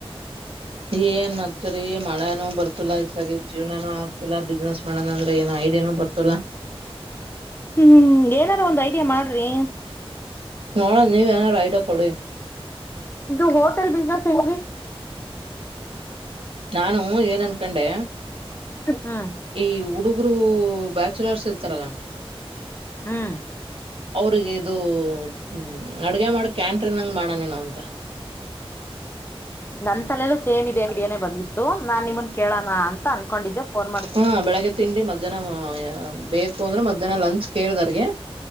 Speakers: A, on the right; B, on the left.
A: ಏನ್ ಮತ್ರಿ ಮಳೆನೋ ಬರ್ತಲ್ಲಾ ಇಲ ಜೀವನಾನು ಆಗ್ತಲ್ಲಾ ಬಿಸ್ನೆಸ್ ಮಾಡೋಣ ಅಂದ್ರೆ ಏನು ಐಡಿಯಾನು ಬರ್ತಲ್ಲಾ
B: ಹ್ಮ್ ಏನಾರು ಒಂದ್ ಐಡಿಯಾ ಮಾಡ್ರಿ
A: ನೋಡ ನೀವ್ ಏನಾರ ಐಡ ಕೊಡಿ
B: ಇದು ಹೋಟೆಲ್ ಬಿಸ್ನೆಸ್ ಏೀ
A: ನಾನು ಏನ್ ಅನ್ಕಂಡೆ
B: ಹ್ಮ್
A: ಈ ಹುಡುಗರು ಚಲರ್ಸ ಇರ್ತಾರಲ್ಲ
B: ಹ್ಮ್ <inaudible>
A: ಅವ್ರಿಗೆ ಇದು ಹ್ಮ ಅಡ್ಗೆ ಮಾಡ ಕ್ಯಾಂಟ್ರಿನ್ಂಗ್ ಮಾಡೋ ನಿನ್ ನಂತ <inaudible>
B: ನನ್ ತಲೆೆಲ್ಲೂ ಸೇಮ್ ಇದೆ ಅಂಗಡಿಯಾನನೆ ಬಂದಿ್ತು ನಾನ್ ನಿಮನ್ ಕೇಳೋಣ ಅಂತ ಅನ್ಕೊಂಡಿದ್ದೆ ಫೋನ್ ಮಾಡ
A: ಹಾ ಬೆಳಗ್ಗೆ ತಿಂಡಿ ಮಧ್ಯಾಹ್ನ ಬೇಕು ಅಂದ್ರೆ ಮಧ್ಯಾಹ್ನ ಲಂಚ್ ಕೇಳಿದರ್ಗೆ